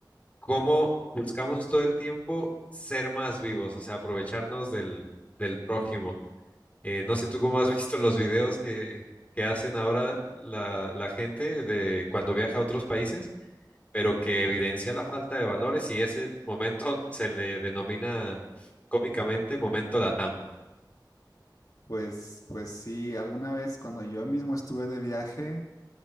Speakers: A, on the left (about 20°); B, on the left (about 50°).
A: cómo buscamos todo el tiempo ser más vivos, o sea, aprovecharnos del, del prójimo. Eh, no sé tú cómo has visto los videos que, que hacen ahora la, la gente de cuando viaja a otros países, pero que evidencia la falta de valores y ese momento se le denomina cómicamente momento Latam.
B: Pues, pues sí, alguna vez cuando yo mismo estuve de viaje,